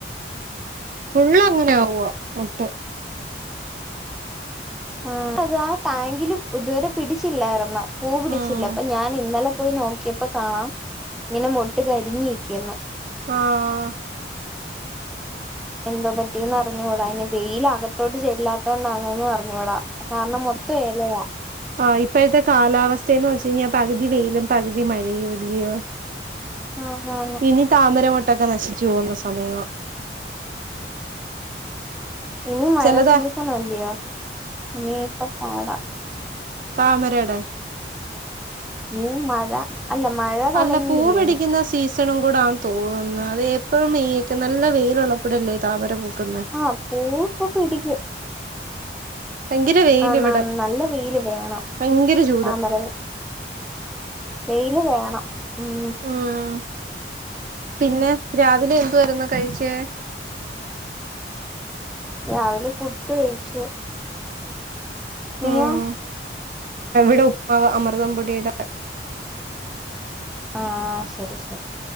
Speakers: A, on the right (about 45°); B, in the centre.
A: ഫുള് അങ്ങനെ ആവുവ മുട്ട്
B: ആഹ് അത് ആ ടാങ്കില് ഇതുവരെ പിടിച്ചില്ലായിരുന്ന് പൂ പിടിച്ചില്ല
A: ആഹ്
B: അപ്പൊ ഞാൻ ഇന്നലെ പോയി നോക്കിയപ്പോ കാണാം ഇങ്ങനെ മൊട്ട് കരിഞ്ഞ് ഇരിക്കുന്നു
A: ആഹ്
B: എന്തോ പറ്റിന്ന് അറിഞ്ഞൂടാ ഇനി വെയിൽ അകത്തോട്ട് ചെല്ലാത്തോണ്ടാണോന്ന് അറിഞ്ഞൂടാ കാരണം മൊത്തഎലയ
A: ആ ഇപ്പഴത്തെ കാലാവസ്ഥയെന്ന് വെച്ച് കഴിഞ്ഞാ പകുതി വെയിലും പകുതി മഴയുവല്യോ
B: ആന്നാന്ന്
A: നി താമരമൊട്ടൊക്കെ നശിച്ചു പോകുന്ന സമയമാ
B: ഇനി മഴ
A: ചെലത്
B: സീസൺ അല്ലിയോ ഇനിയിപ്പ പാട
A: താമരേടെ
B: ഇനീ മഴ അല്ല മഴ തൊടങ്ങിയില്ലേ
A: അല്ല പൂ പിടിക്കുന്ന സീസ് സണും കൂടാന്ന് തോന്ന്ന്ന് അത് ഏപ്രിൽ മെയ് ഒക്കെ നല്ല വെയിലുള്ള പ്പടല്ലേ താമര പൂക്കുന്നെ
B: ആഹ് പൂവിപ്പൊ പിടിക്കും
A: ഭയങ്കര വെയില്
B: ആന്നാന്ന്
A: ഇവിടെ
B: നല്ല വെയില് വേണം
A: ഭയങ്കര ചൂട്
B: താമര വെയില് വേണം ഉം
A: ഉം പിന്നെ രാവിലെ എന്തു വാരുന്ന് കഴിച്ചേ
B: രാവിലെ പുട്ട് കഴിച്ച് നീയോ
A: ഉം ഇവിടെ ഉപ്പ്മാവ് അമൃതംപൊടിയുടെ
B: ആ ശരി ശരി